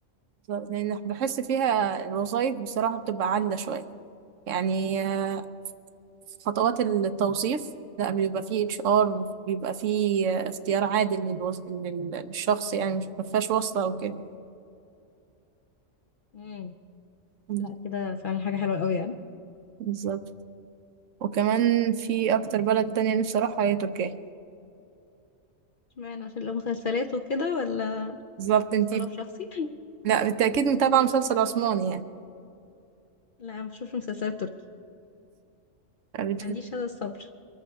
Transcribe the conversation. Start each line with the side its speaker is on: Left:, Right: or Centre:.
Right: لأن بحس فيها الوظائف بصراحة بتبقى عالية شوية يعني آه، خطوات التوظيف لا بيبقى فيه اتش ار بيبقى فيه آه، اختيار عادل للوظ... لل- للشخص يعني مش مفيهاش واسطة او كده
Left: مم.
Right: مم.
Left: لا كده فعلا حاجة حلوة قوي يعني
Right: بالظبط وكمان في اكتر بلد تانية نفسي اروحها هي تركيا
Left: اشمعنى عشان لو مسلسلات وكده ولا
Right: بالظبط انتي
Left: طلب شخصي <laughs>
Right: لا بالتأكيد متابعة مسلسل عثماني يعني
Left: لا ما بشوفش مسلسلات تركي
Right: بت-
Left: ما عنديش هذا الصبر